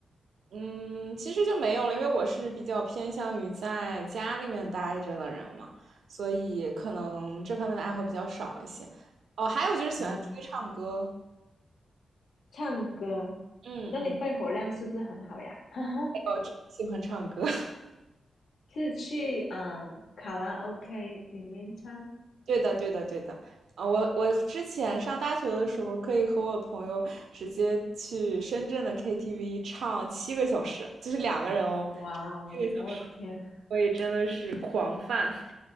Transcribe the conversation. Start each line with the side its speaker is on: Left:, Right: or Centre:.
Right: 嗯，其实就没有了，因为我是比较偏向于在家里面待着的人嘛，所以可能这方面的爱好比较少一些。哦，还有就是喜欢出去唱歌，
Left: 嗯，唱歌，
Right: 嗯嗯，
Left: 那你肺活量是不是很好呀？<laughs>
Right: 我真的喜欢唱歌。<laughs>
Left: 是去嗯呃卡拉 OK 里面唱？
Right: 对的，对的，对的。啊，我我之前上大学的时候，可以和我朋友直接去深圳的 KTV 唱七个小时，就是两个人哦，
Left: 哇哦，
Right: 七个小时，
Left: 我天，
Right: 所以真的是狂 <laughs> f